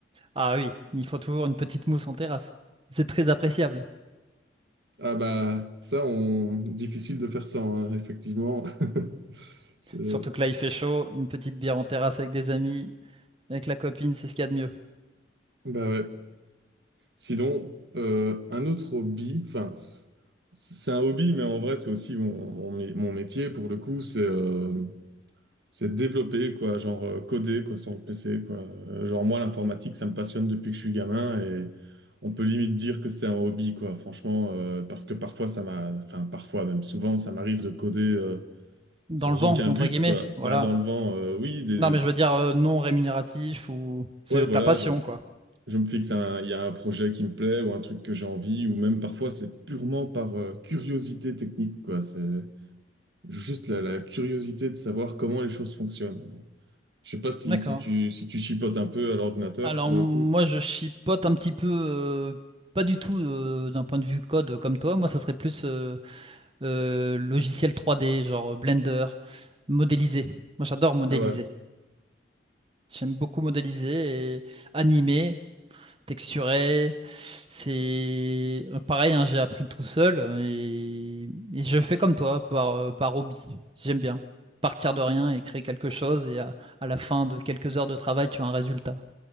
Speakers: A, on the right; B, on the right.
A: Ah oui, il faut toujours une petite mousse en terrasse. C'est très appréciable.
B: ah bah, ça, on... difficile de faire ça hein, effectivement. <laughs> C'est-
A: Surtout que là, il fait chaud, une petite bière en terrasse avec des amis, avec la copine, c'est ce qu'il y a de mieux.
B: Bah ouais. Sinon, euh, un autre hobby, enfin, c'est un hobby, mais en vrai, c'est aussi mon, mon mé- mon métier, pour le coup, c'est... euh, C'est développer, quoi, genre euh, coder, quoi, sur le PC, quoi. Euh, Genre moi, l'informatique, ça me passionne depuis que je suis gamin et on peut limite dire que c'est un hobby, quoi, franchement, euh, parce que parfois, ça m'a, enfin, parfois, même souvent, ça m'arrive de coder euh,
A: Dans
B: sans
A: le vent,
B: aucun
A: entre
B: but,
A: guillemets,
B: quoi.
A: voilà.
B: Bah, dans le vent, euh, oui, des...
A: Non, mais je veux dire euh, non rémunératif ou c'est
B: ouais, voilà,
A: ta passion,
B: je,
A: quoi.
B: je me fixe un, il y a un projet qui me plaît ou un truc que j'ai envie, ou même parfois, c'est purement par euh, curiosité technique, quoi. C'est juste la, la curiosité de savoir comment les choses fonctionnent. Je sais pas si,
A: D'accord.
B: si tu, si tu chipotes un peu à l'ordinateur
A: Alors
B: pour
A: moi,
B: le coup.
A: je chipote un petit peu, euh, pas du tout euh, d'un point de vue code comme toi. Moi, ça serait plus euh, euh, logiciel 3D, genre Blender, modéliser. Moi, j'adore modéliser.
B: Ah ouais.
A: J'aime beaucoup modéliser et animer. texturé. C'est euh, pareil, hein, j'ai appris tout seul euh, et, et je fais comme toi, par, euh, par hobby. J'aime bien partir de rien et créer quelque chose et à, à la fin de quelques heures de travail, tu as un résultat